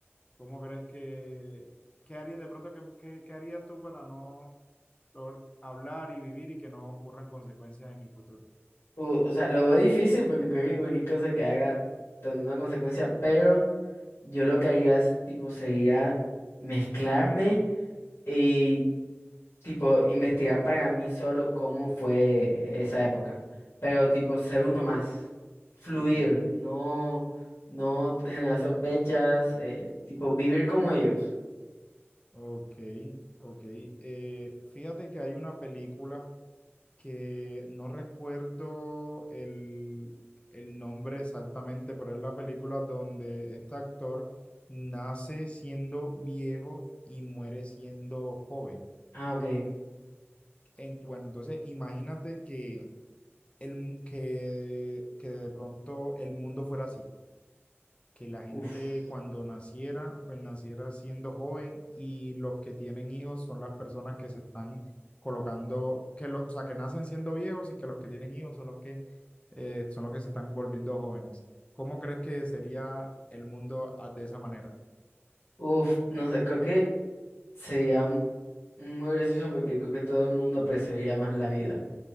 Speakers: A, on the left (about 25°); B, on the left (about 75°).
A: ¿Cómo crees que, qué harías de pronto, qué, qué- qué harías tú para no lograr hablar y vivir y que no ocurran consecuencias en el futuro?
B: U- o sea, lo veo difícil porque creo que cualquier cosa que haga tendría una consecuencia, pero yo lo que haría es, tipo, sería mezclarme. y tipo, investigar para mí solo cómo fue esa época. Pero, tipo, ser uno más, fluir,
A: Ok,
B: no, no generar sospechas, eh, tipo, vivir como ellos.
A: ok, ok. Eh, fíjate que hay una película. que no recuerdo el, el nombre exactamente, pero es la película donde este actor nace siendo viejo y muere siendo joven.
B: Ah, ok.
A: En- bueno, entonces imagínate que, el, mu- que, que de pronto el mundo fuera así que la gente
B: Uf,
A: cuando naciera, pues naciera siendo joven y los que tienen hijos son las personas que se están colocando, que lo, o sea, que nacen siendo viejos y que los que tienen hijos son los que, eh, son los que se están volviendo jóvenes. ¿Cómo crees que sería el mundo a- de esa manera?
B: uf, no sé, creo que sería m- muy gracioso porque creo que todo el mundo apreciaría más la vida.